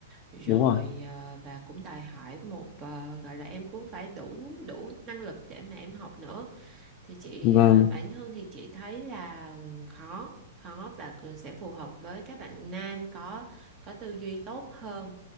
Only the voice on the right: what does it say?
rồi
ờ, và cũng đòi hỏi một ờ, gọi là em cũng phải đủ đủ năng lực để mà em học nữa thì chị
ờ, bản thân thì chị thấy là khó khó và sẽ phù hợp với các bạn nam có có tư duy tốt hơn